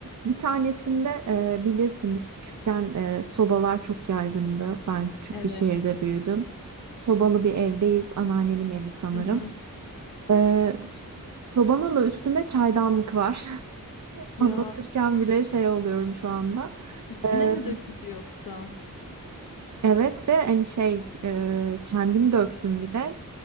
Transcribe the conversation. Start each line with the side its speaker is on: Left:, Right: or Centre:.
Right: bir tanesinde e, bilirsin biz küçükken e, sobalar çok yaygındı. Ben küçük
Left: Evet.
Right: bir şehirde büyüdüm. Sobalı bir evdeyiz. Anneannemin evi sanırım.
Left: Hı hı.
Right: E, sobanın da üstünde çaydanlık var. <laughs>
Left: Ya
Right: Anlatırken bile şey oluyorum şu anda.
Left: üstüne
Right: E,
Left: mi döküldü yoksa?
Right: Evet ve hani şey e, kendim döktüm bir de.